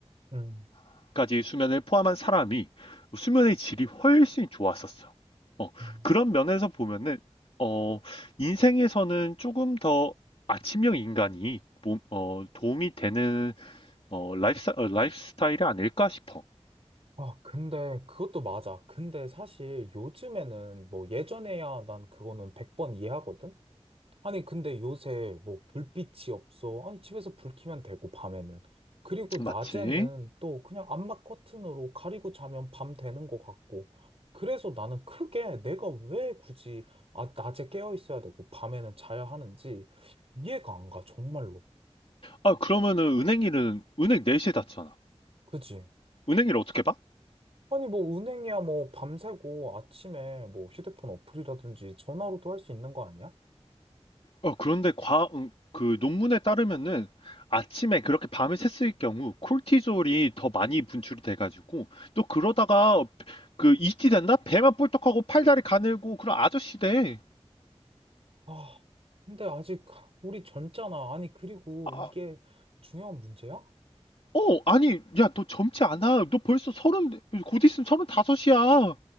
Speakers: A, on the right; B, on the left.
A: 음.
B: 2시까지 수면을 포함한 사람이 수면의 질이 훨씬 좋았었어. 어,
A: 음,
B: 그런 면에서 보면은, 어, 인생에서는 조금 더 아침형 인간이 몸- 어, 도움이 되는 어, 라이프, 라이프스타일이 아닐까 싶어.
A: 아, 근데 그것도 맞아. 근데 사실 요즘에는 뭐 예전에야 난 그거는 100번 이해하거든? 아니, 근데 요새 뭐 불빛이 없어. 아니, 집에서 불 켜면 되고, 밤에는. 그리고
B: 맞지?
A: 낮에는 또 그냥 암막 커튼으로 가리고 자면 밤 되는 것 같고. 그래서 나는 크게 내가 왜 굳이 아, 낮에 깨어 있어야 되고, 밤에는 자야 하는지 이해가 안 가, 정말로.
B: 아, 그러면은 은행 일은, 은행 4시에 닫잖아.
A: 그지?
B: 은행 일 어떻게 봐?
A: 아니, 뭐 은행이야 뭐 밤새고 아침에 뭐 휴대폰 어플이라든지 전화로도 할 수 있는 거 아니야?
B: 어, 그런데 과, 음, 그 논문에 따르면은 아침에 그렇게 밤을 샜을 경우 콜티졸이 더 많이 분출이 돼가지고 또 그러다가 그 이티 된다? 배만 뿔떡하고 팔다리 가늘고 그런 아저씨 돼.
A: 아, 근데 아직 우리 젊잖아. 아니, 그리고
B: 아,
A: 이게 중요한 문제야?
B: 어, 아니, 야, 너 젊지 않아. 너 벌써 서른, 곧 있으면 서른 다섯이야.